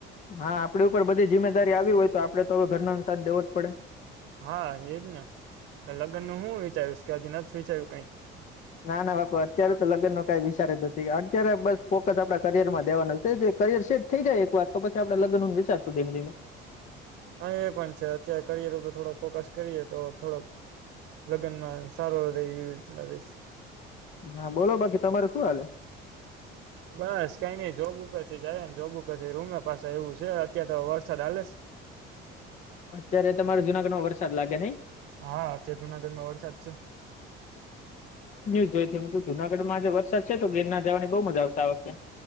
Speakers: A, on the left; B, on the right.
A: હા આપડી ઉપર બધી જિમ્મેદારી આવી હોય તો આપડે તો હવે ઘરનો સાથ દેવો જ પડે
B: હા એજ ને લગ્ન ન હું વિચાર્યુંશ કે હજુ નથી વિચાર્યું કઈ
A: ના ના બાપુ અત્યારે તો લગ્ન ન કઈ વિચાર નથી અત્યારે બસ ફોકસ આપડા કરિયર માં દેવાનું છે કરિયર સેટ થઈ જાય એક વાર તો પછી આપણે લગ્નનું વિચારશું ધીમે ધીમે
B: હા એ પણ છે અત્યારે કરિયરર થોડોક ફોકસ કરીએ તો થોડોક લગ્નમાં સારો રહેે એવી રીતના ર
A: હા બોલો બાકી તમારે શું હલે
B: બસ કઈ નઈ જોબુર થી જાય ને જોબુર થી રૂમે પાસે એવું છે અત્યારે તો વરસાદ આાલે
A: અત્યારે તમારે જુનાગઢ માં વરસાદ લાગે નય
B: હા આજે જૂનાગઢમાં વરસાદ છે
A: જુનાગઢ મે વર્ષા છે ના જોવા ખૂબ મખા આવે છે